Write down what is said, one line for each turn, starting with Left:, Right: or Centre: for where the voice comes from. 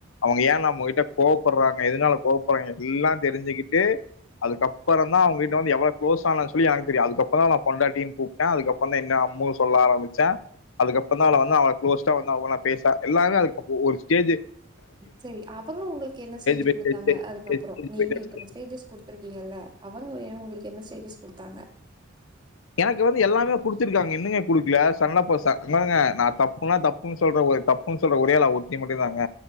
Left: அவங்க ஏ நம்மகிட்ட கோவப்படுறாங்க எதுனால கோவப்படுறாங்க எல்லா தெரிஞ்சுக்கிட்டு அதுக்கப்பறம் தா அவங்க கிட்ட வந்து எவ்ளோ க்ளோஸ் ஆனேன்னு எனக்கு தெரியு அதுக்கப்பறம் தா பொண்டாட்டின்னு கூப் தே அதுக்கப்பறம் தான் என்ன அம்மு சொல்ல ஆரம்பிச்சே அதுக்கப்பறம் தா அவள வந்து அவள குளோஸ்டா வந்து அவ்களா பேச எல்லாமே அதுக்கப்ப ஒரு ஸ்டேஜு
Right: சேரி அவங்க உங்களுக்கு என்ன ஸ்டேஜு
Left: பை
Right: குடுத்தாங்க
Left: ஸ்டேஜ் ஸ்டேஜ்
Right: அதுக்கப்பறோ
Left: பை ஸ்டேஜ்
Right: நீங்க
Left: பை ஸ்டேஜ்
Right: இத்தன ஸ்டேஜஸ்டு குடு துருக்கீங்கள்ல அவங்க ஏ உங்களுக்கு என்ன சேஜஸ் குடுத்தாங்க
Left: எனக்கு வந்து எல்லாமே குடுத்திருக்காங்க என்னங்க குடுக்கல சன்னப்பச இந்தாருங்க நா தப்புன்னா தப் தப்புன்னு சொல்ற ஒய் தப்புன்னு சொல்ற ஒரே ஆள் அவ ஒருத்தி மட்டு தாங்க